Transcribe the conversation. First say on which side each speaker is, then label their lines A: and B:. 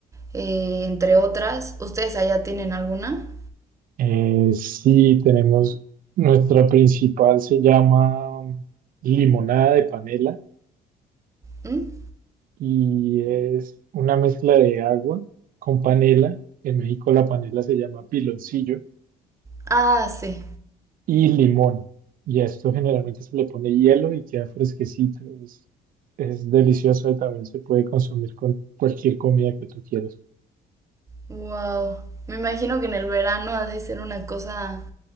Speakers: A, on the right; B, on the right.
A: eh, entre otras. ¿Ustedes allá tienen alguna?
B: Eh, sí, tenemos, nuestra principal se llama limonada de panela
A: ¿Mm?
B: y es una mezcla de agua con panela. En México la panela se llama piloncillo
A: Ah, sí.
B: y limón. Y a esto generalmente se le pone hielo y queda fresquecito. Es, es delicioso y también se puede consumir con cualquier comida que tú quieras.
A: Wow. Me imagino que en el verano ha de ser una cosa